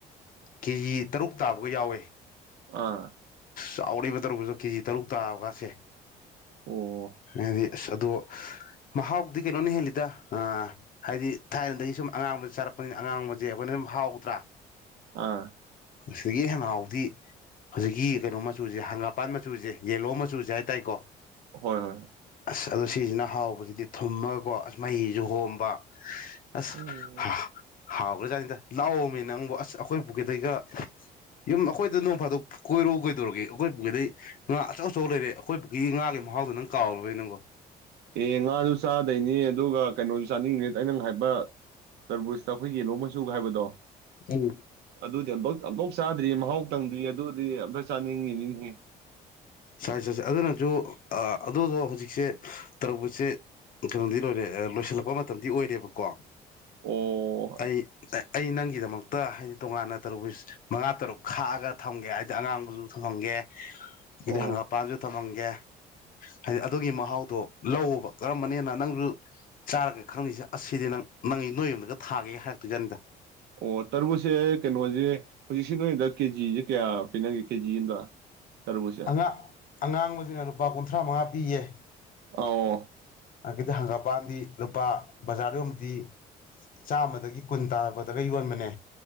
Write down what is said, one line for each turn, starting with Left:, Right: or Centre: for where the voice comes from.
Left: ꯀꯦꯖꯤ ꯇꯔꯨꯛ ꯇꯥꯕꯒ ꯌꯥꯎꯋꯦ
Right: ꯑꯥ
Left: ꯆꯥꯎꯔꯦꯕ ꯇꯔꯕꯨꯁ ꯀꯦꯖꯤ ꯇꯔꯨꯛ ꯇꯥꯕꯀꯥꯁꯦ
Right: ꯑꯣ
Left: ꯑꯗꯤ ꯑꯁ ꯑꯗꯣ ꯃꯍꯥꯎꯗꯤ ꯀꯩꯅꯣꯅ ꯍꯦꯜꯂꯤꯗ ꯑ ꯍꯥꯏꯗꯤ ꯊꯥꯏꯅꯗꯩ ꯁꯨꯝ ꯑꯉꯥꯡꯕꯁꯦ ꯆꯥꯔꯛꯄꯅꯤꯅ ꯑꯉꯥꯡꯕꯁꯦ ꯑꯩꯈꯣꯏꯅ ꯑꯗꯨꯝ ꯍꯥꯎꯇꯔꯥ
Right: ꯑꯥ
Left: ꯑꯁꯤꯗꯒꯤ ꯍꯦꯟꯅ ꯍꯥꯎꯕꯗꯤ ꯍꯧꯖꯤꯛꯀꯤ ꯀꯩꯅꯣ ꯃꯆꯨꯁꯦ ꯍꯪꯒꯥꯄꯥꯟ ꯃꯆꯨꯁꯦ ꯌꯦꯂꯣ ꯃꯆꯨꯁꯦ ꯍꯥꯏ ꯇꯔꯦꯀꯣ
Right: ꯍꯣꯏ ꯍꯣꯏ
Left: ꯑꯗꯣ ꯁꯤꯁꯤꯅ ꯍꯥꯎꯕꯁꯤꯗꯤ ꯊꯨꯝꯃꯒꯀꯣ ꯑꯁ ꯃꯍꯤꯁꯨ ꯍꯣꯝꯕ ꯑꯁ
Right: ꯎꯝ
Left: ꯍꯥꯎꯈ꯭ꯔꯥꯖꯥꯠꯅꯤꯗ ꯂꯥꯛꯑꯣꯃꯤ ꯅꯪꯕꯨ ꯑꯁ ꯑꯩꯈꯣꯏ ꯄꯨꯈ꯭ꯔꯤꯗꯩꯒ ꯌꯨꯝ ꯑꯩꯈꯣꯏꯗ ꯅꯣꯡ ꯐꯥꯗꯣꯛ ꯀꯣꯏꯔꯛ ꯀꯣꯏꯗꯧꯔꯒꯦ ꯑꯩꯈꯣꯏ ꯄꯨꯈ꯭ꯔꯤꯗꯩ ꯉꯥ ꯑꯆꯧ ꯑꯆꯧ ꯂꯩꯔꯦ ꯑꯩꯈꯣꯏ ꯄꯨꯈ꯭ꯔꯤꯒꯤ ꯉꯥꯒꯤ ꯃꯍꯥꯎꯗꯣ ꯅꯪ ꯀꯥꯎ <inaudible> ꯅꯪꯕꯣ
Right: ꯑꯦ ꯉꯥꯁꯨ ꯆꯥꯗꯩꯅꯦ ꯑꯗꯨꯒ ꯀꯩꯅꯣꯁꯨ ꯆꯥꯅꯤꯡꯉꯤꯅꯤ ꯑꯩ ꯅꯪ ꯍꯥꯏꯕ ꯇꯔꯕꯨꯁꯇ ꯑꯩꯈꯣꯏ ꯌꯦꯂꯣ ꯃꯆꯨꯒ ꯍꯥꯏꯕꯗꯣ
Left: ꯎꯝ
Right: ꯑꯗꯨꯗꯤ ꯑꯝꯕꯧ ꯑꯝꯕꯧ ꯆꯥꯗ꯭ꯔꯤ ꯃꯍꯥꯎ ꯇꯪꯗ꯭ꯔꯤ ꯑꯗꯨꯗꯤ ꯑꯝꯇ ꯆꯥꯅꯤꯡꯉꯤ ꯅꯤꯅꯦꯍꯦ
Left: ꯁꯥꯏꯖ ꯆꯠ <inaudible> ꯑꯗꯨꯅꯁꯨ ꯑꯗꯨꯗꯣ ꯍꯧꯖꯤꯛꯁꯦ ꯇꯔꯕꯨꯁꯁꯦ ꯀꯩꯅꯣꯗꯤ ꯂꯣꯏꯔꯦ ꯂꯣꯏꯁꯤꯜꯂꯛꯄ ꯃꯇꯝꯗꯤ ꯑꯣꯏꯔꯦꯕꯀꯣ
Right: ꯑꯣ
Left: ꯑꯩ ꯑꯩ ꯅꯪꯒꯤꯗꯃꯛꯇ ꯍꯥꯏꯗꯤ ꯇꯣꯉꯥꯟꯅ ꯇꯔꯕꯨꯁ ꯃꯉꯥ ꯇꯔꯨꯛ ꯈꯥꯛꯑꯒ ꯊꯝꯒꯦ ꯍꯥꯏꯗꯤ ꯑꯉꯥꯡꯕꯁꯨ ꯊꯝꯃꯝꯒꯦ ꯀꯗꯤ
Right: ꯑꯣ
Left: ꯍꯪꯒꯥꯄꯝꯁꯨ ꯊꯝꯒ ꯒꯦ ꯍꯥꯏꯗꯤ ꯑꯗꯨꯒꯤ ꯃꯍꯥꯎꯗꯣ ꯂꯧꯑꯣꯕ ꯀꯔꯝꯕꯅꯤ ꯍꯦꯟꯅ ꯅꯪꯁꯨ ꯆꯥꯔꯒꯦ ꯈꯪꯅꯤꯁꯦ ꯑꯁꯤꯗꯤ ꯅꯪ ꯅꯪ ꯅꯣꯏ ꯌꯨꯝꯗꯒ ꯊꯥꯒꯦ ꯍꯥꯏꯔꯛꯇꯣꯏ ꯖꯥꯠꯅꯤꯗ
Right: ꯑꯣ ꯇꯔꯕꯨꯁꯁꯦ ꯀꯩꯅꯣꯁꯦ ꯍꯧꯖꯤꯛꯁꯤ ꯅꯣꯏꯗ ꯀꯦꯖꯤꯁꯦ ꯀꯌꯥ ꯄꯤꯅꯒꯦ ꯀꯦꯖꯤ ꯑꯃꯗ ꯇꯔꯕꯨꯁꯁꯦ
Left: ꯑꯉꯥꯡ ꯑꯉꯥꯡꯕꯁꯤꯅ ꯂꯨꯄꯥ ꯀꯨꯟꯊ꯭ꯔꯥ ꯃꯉꯥ ꯄꯤꯌꯦ
Right: ꯑ ꯑꯣ
Left: ꯑꯗꯒꯤ ꯍꯪꯒꯄꯥꯟꯗꯤ ꯂꯨꯄꯥ ꯕꯖꯥꯔꯗ ꯌꯣꯟꯕꯗꯤ ꯆꯥꯝꯃꯗꯒꯤ ꯀꯨꯟ ꯇꯥꯕꯗꯒ ꯌꯣꯟꯕꯅꯦ